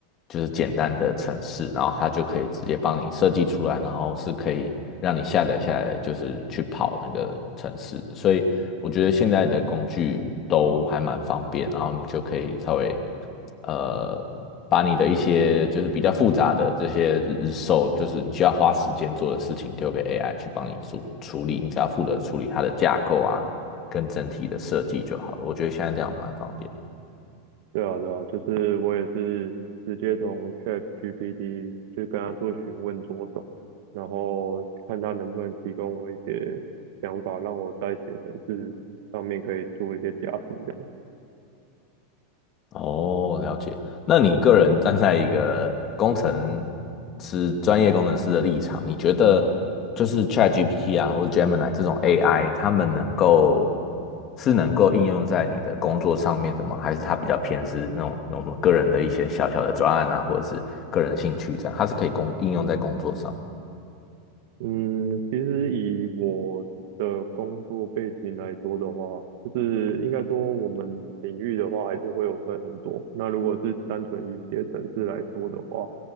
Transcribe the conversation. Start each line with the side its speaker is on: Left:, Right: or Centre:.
Left: 就是简单的程式，然后他就可以直接帮你设计出来，然后是可以让你下载下来，就是去跑那个程式的所以我觉得现在的工具都还蛮方便，然后你就可以稍微呃把你的一些就是比较复杂的这些日售，就是你需要花时间做的事情，丢给 AI 去帮你做处理，你只要负责处理它的架构啊。跟整体的设计就好了。我觉得现在这样蛮方便。
Right: 对啊，对啊，就是我也是直接从 ChatGPT 就跟他做询问着手，然后看他能不能提供我一些想法，让我在写程式上面可以做一些加速这样。
Left: 哦，了解。那你个人站在一个工程师、专业工程师的立场，你觉得就是 ChatGPT 啊，或者 Gemini 这种 AI，他们能够是能够应用在你的工作上面的吗？还是它比较偏是那种我们个人的一些小小的专案啊，或者是个人兴趣这样，它是可以工应用在工作上？
Right: 嗯，其实以我的工作背景来说的话，就是应该说我们领域的话还是会有分很多。那如果是单纯以写程式来说的话，